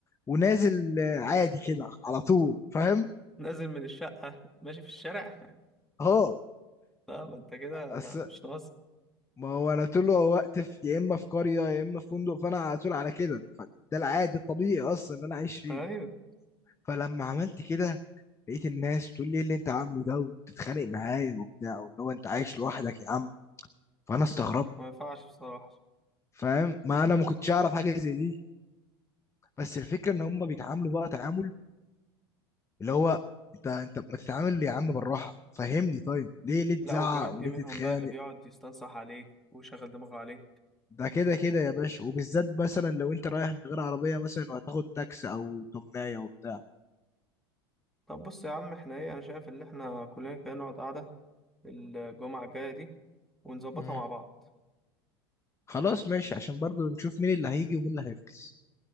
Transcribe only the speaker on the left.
ونازل عادي كده على طول فاهم
اه
أس...
ما هو انا طول الوقت في يا اما في قريه يا اما في فندق فانا على طول على كده فده العادي الطبيعي اصلا ان انا عايش فيه
فلما عملت كده لقيت الناس بتقول لي إيه اللي انت عامله ده وبتتخانق معايا وبتاع واللي هو انت عايش لوحدك يا عم فانا استغربت
فاهم ما انا ما كنتش اعرف حاجه زي دي بس الفكره ان هم بيتعاملوا بقى تعامل اللي هو انت انت ما تتعامل يا عم بالراحه فهمني طيب ليه ليه تزعق
وليه
تتخانق
ده كده كده يا باشا وبالذات مثلا لو انت رايح من غير عربية مثلا وهتاخد تاكسي او تمناية وبتاع
مم.
خلاص ماشي عشان برضو نشوف مين اللي هيجي ومين اللي هيفكس